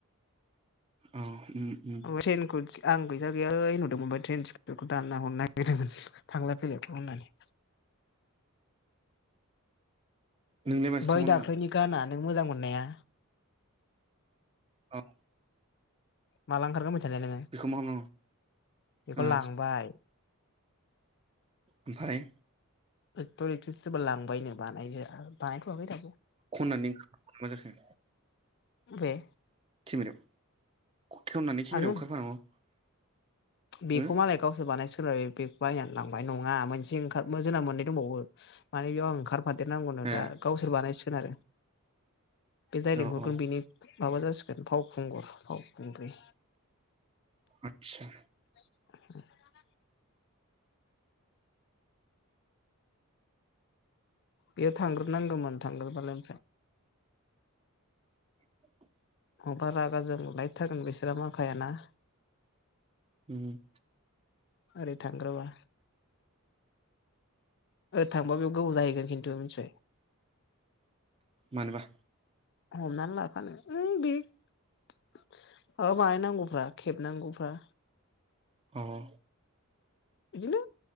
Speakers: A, on the right; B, on the left.
A: औ ओम।
B: <unintelligible> आं फैसा गैयालै होनहरदोंमोन ट्रेन टिकेटखौ दानना हरनो नागिरदोंमोन थांलाय फैलायखौ होननानै।
A: नोंलाय माथो
B: बै
A: थांबावनांगौ
B: दाख्लैनि गाना नों मोजां मोननाया
A: औ
B: माला ओंखारगोन मोनथिआ ने नोंङो?
A: बेखौ मा खालामनांगौ
B: बेखौ
A: ओ
B: लांबाय।
A: ओमफाय
B: एक्टर एक्ट्रि सोरबा लांबायनो बानायनो बानायथ'वाखै दाबो।
A: खननानै ओंखार मा जाखो?
B: बेे
A: केमेरायाव खेवनानै केेमेरायाव
B: आङो
A: ओंखारफानांगौ।
B: बेखौ
A: हो
B: मालाय गावसोर बानाय सिगोनब्रा बे। बेखौ बायनानै लांबाय नंङा मोनसे ओंखार जोंना मोननै दंबावो। माने बेयाव आं ओंखारफादेरनांगौनो
A: ए
B: दा गावसोर बानायसिगोन आरो। बे जाय
A: औ
B: लिंहरगोन
A: औ
B: बेनि माबा जासिगोन फावखुंगुर फावखुंग्रि।
A: आतसा।
B: <unintelligible> बेयो थांग्रोनांगोमोन थांग्रोबालाय।
A: <inaudible>
B: मबा रागा जोंलायथारगोन बिसोरा माखायाना?
A: ओम।
B: ओरै थांग्रोबा ओरै थांबा बेव गोबाव जाहैगोन खिन्थु मिथिबाय।
A: मानोबा?
B: हमना लाफानो उम बे माबा बानायनांगौफ्रा खेबनांगौफ्रा?
A: औ-औ
B: बिदिनो